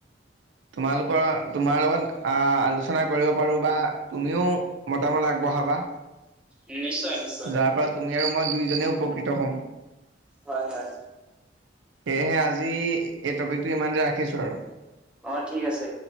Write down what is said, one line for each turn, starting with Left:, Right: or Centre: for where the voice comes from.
Right: তোমালোকৰ তোমাৰ লগত আহ আলোচনা কৰিব পাৰো বা তুমিও মতামত আগবঢ়াবা।
Centre: উম, নিশ্চয়, নিশ্চয়।
Right: যাৰ পৰা তুমি আৰু মই দুয়োজনেই উপকৃত হ'ম।
Centre: হয়, হয়।
Right: সেয়েহে আজি এই টপিকটো ইমান দে ৰাখিছোঁ আৰু
Centre: অ' ঠিক আছে।